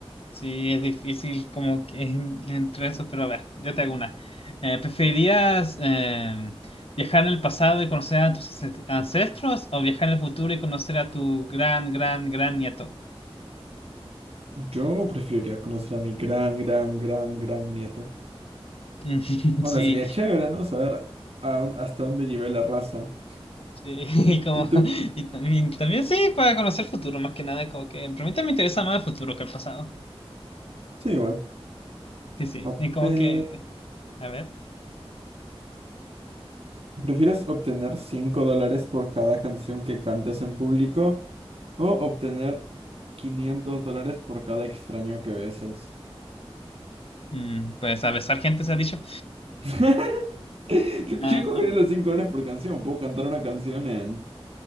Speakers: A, on the left; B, on the right.
A: Sí, es difícil como que en- entre eso, pero a ver, yo te hago una. Eh, ¿preferirías eh, viajar en el pasado y conocer a tus ancest- ancestros o viajar en el futuro y conocer a tu gran, gran, gran nieto?
B: yo preferiría conocer a mi gran, gran, gran, gran nieto.
A: Mm, <laughs>
B: Onda,
A: Sí,
B: sería chévere, ¿no? Saber a dón- hasta dónde llevé la raza.
A: sí, <laughs> y como,
B: ¿Y tú?
A: y también, también sí, para conocer el futuro, más que nada, como que, pero a mí también me interesa más el futuro que el pasado.
B: Sí, igual.
A: Sí, sí,
B: A
A: y como
B: ver,
A: que, a ver,
B: ¿prefieres obtener 5 dólares por cada canción que cantes en público o obtener 500 dólares por cada extraño que besas?
A: mm, pues a besar gente se ha dicho.
B: <laughs> Yo, yo
A: Ah, no.
B: cogería los 5 dólares por canción. Puedo cantar una canción en